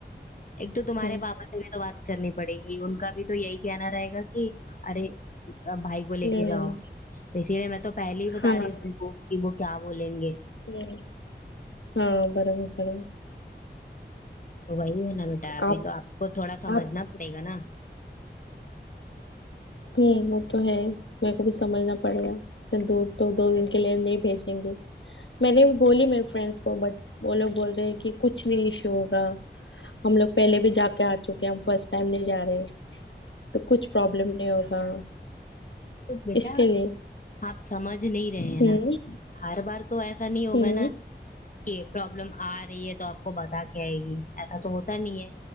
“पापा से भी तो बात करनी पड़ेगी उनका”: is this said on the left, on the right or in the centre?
Left